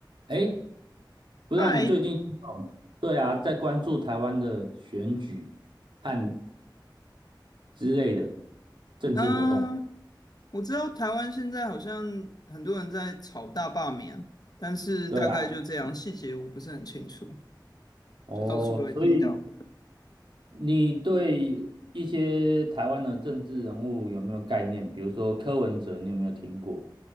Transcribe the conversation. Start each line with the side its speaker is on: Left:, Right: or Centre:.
Right: 哎，不知道你最近哦，
Left: 嗨，
Right: 对啊，在关注台湾的选举和之类的政治活动。
Left: 嗯，我知道台湾现在好像很多人在炒大罢免，但是大概就这样，
Right: 对啊，
Left: 细节我不是很清楚，
Right: 哦，
Left: 就到处都会听到。
Right: 所以你对一些台湾的政治人物有没有概念？比如说柯文哲，你有没有听过？